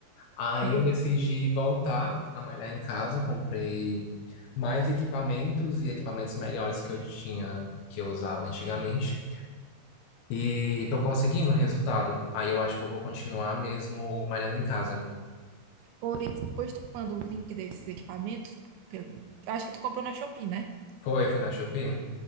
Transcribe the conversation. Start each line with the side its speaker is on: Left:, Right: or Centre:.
Left: Aí
Right: sim.
Left: eu decidi voltar a malhar em casa, comprei mais equipamentos e equipamentos melhores que eu tinha, que eu usava antigamente. E tô conseguindo o resultado. Aí eu acho que eu vou continuar mesmo malhando em casa.
Right: Pois depois tu manda o link desses equipamentos, pelo- acho que tu comprou na Shopee, né?
Left: Foi, foi na Shopee?